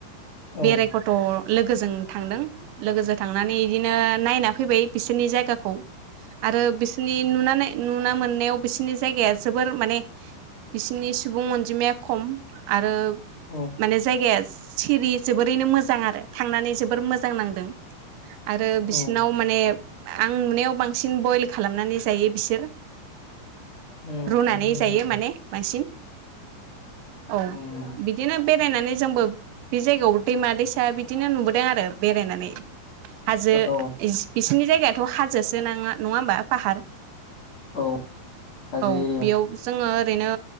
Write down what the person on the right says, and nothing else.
बेराय खथ' लोगोजों थांदों। लोगोजों थांनानै बिदिनो नायना। फैबाय बिसोरनि जायगाखौ। आरो बिसिनि नुनानै। नुनो मोननायाव बिसोरनि जायगाया जोबोर माने बिसोरनि सुबुं अनजिमाया खम आरो
माने जायगाया सिरि जोबोरैनो मोजां आरो थांनानै जोबोर मो जां नांदों। आरो
बिसिनाव माने
आं नुनायाव बांसिन बयल खालामनानै जायो बिसोर।
रुनानै जायो माने बांसिन। औ
बिदिनो बेरायनानै जोंबो बे जायगायाव दैमा-दैसा बिदिनो नुबोदों आरो। बेरायनानै हाजो
इस इस। बिसिनि जायगायाथ' हाजोसो नाङा नङा होमबा पाहार।
औ
बेयाव जोङो ओरैनो